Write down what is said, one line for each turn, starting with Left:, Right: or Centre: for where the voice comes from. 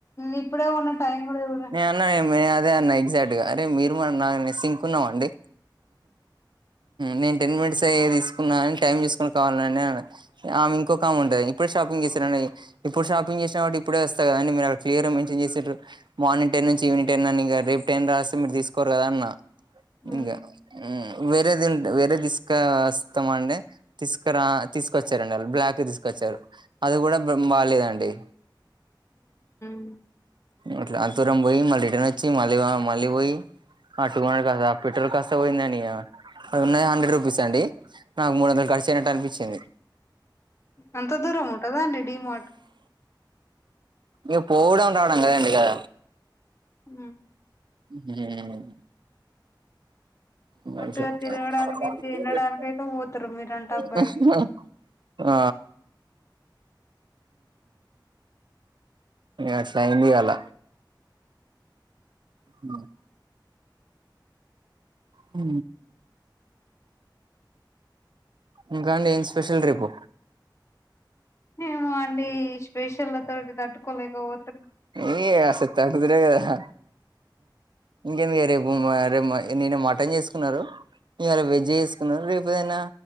Left: ఇప్పుడే ఉన్న టైం కూడా ఇవర,
Right: అన్నే అదే అన్నా ఎగ్జాక్ట్గా అరే మీరు మన నా నెస్ సింకున్నామండి. నేను టెన్ మినిట్స్ అయ్య తీసుకున్నాను అని టైం తీసుకుొని కావాలండి అ ఆమె ఇంకొక ఆమ్ ఉంటాయి ఇప్పుడు షాపింగ్ చేసారడి, ఇప్పుడు షాపింగ్ చేిన వా ఇప్పుే వస్తా కదం మీరు అడ్లియర్ సారు మార్నింగ్ టైన్ నుంచి ఈవిెనింగ్ టైన్ అని రేపు టైన్ రాస్తే మీరు తీసుకోరు కదా అన్న,
Left: హ్మ్
Right: ఇకా వేరే దిం వేరే దిస్క వస్తస్తామండే, తీసుకురా తీసుకొచ్చారంండి వాళ్ళు బ్లాక్ తీసుకొచ్చారు. అది కూడా బెమ్ బాలలేదండి.
Left: ఉ
Right: అట్ అంతూరం పోయి మళ్ళీ రిటర్న్ వచ్చి మళ్ళీ మళ్ళీ పోయి. ప పెట్రోల్ కాస్త పోయిందిని. అది ఉన్నది హండ్రెడ్ రూపీస్ అండి నాకు మూడు వందలు ఖరచుయినట్టు అనిపించింది.
Left: అంత దూరం ఉంటుందా అండి డిీ మార్ట్,
Right: ఇక పోవడం రావడం కదండి కద,
Left: ఉ
Right: హ <unintelligible>
Left: ఉట్టిగా తిరగడానికి తినడానికి అయితే పోతారు మీరంటే అబ్బాయిలు
Right: ఆ ఇసైంది వాాల <unintelligible> ఉ ఇంకా అే ఏం స్పెషల్ ట్రిప్పు,
Left: ఏమో అండి స్పెషల్ తోటి దట్టుకోలేకపోచ్చ,
Right: ఏయ అసతి అది్రేదా ఇకెంద గర, మార్ నిన్న మటన్ చేసుకున్నారు ఇవాళ వెజ్ చేసుకున్నారు రేపు ఏదైనా,